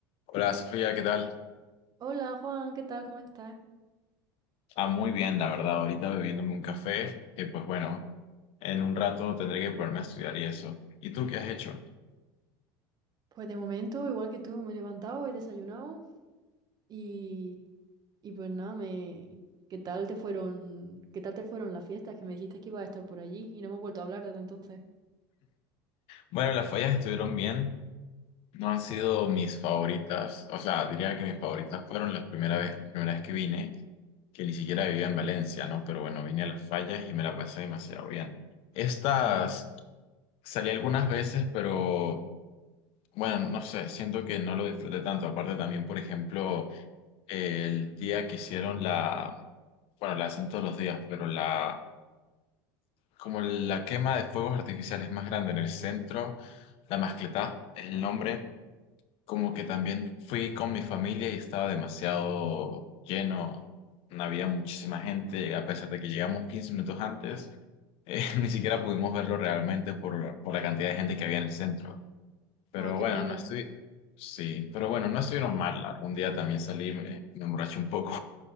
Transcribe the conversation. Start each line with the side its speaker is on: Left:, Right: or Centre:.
Left: Hola Sofía, ¿qué tal?
Right: Hola Juan, ¿qué tal? ¿Cómo estás?
Left: Ah, muy bien, la verdad, ahorita bebiéndome un café, que pues bueno, en un rato tendré que ponerme a estudiar y eso. ¿Y tú qué has hecho?
Right: Pues de momento, igual que tú, me he levantado, he desayunado y, y pues nada, me... ¿Qué tal te fueron, qué tal te fueron las fiestas? Que me dijiste que ibas a estar por allí y no hemos vuelto a hablar desde entonces.
Left: Bueno, las fallas estuvieron bien, no han sido mis favoritas, o sea, diría que mis favoritas fueron la primera vez, la primera vez que vine, que ni siquiera vivía en Valencia, ¿no? Pero bueno, vine a las fallas y me la pasé demasiado bien. Estas
Right: Sí.
Left: salí algunas veces, pero bueno, no sé, siento que no lo disfruté tanto. Aparte también, por ejemplo, el día que hicieron la Bueno, la hacen todos los días, pero la, como la quema de fuegos artificiales más grande en el centro, la Mascletá es el nombre, como que también fui con mi familia y estaba demasiado lleno, no había muchísima gente, a pesar de que llegamos 15 minutos antes, eh, <laughs> ni siquiera pudimos verlo realmente por, por la cantidad de gente que había en el centro. Pero
Right: Oh, qué
Left: bueno,
Right: pena.
Left: no estoy, sí, pero bueno, no estuvieron mal, algún día también salí, me, me emborraché un poco.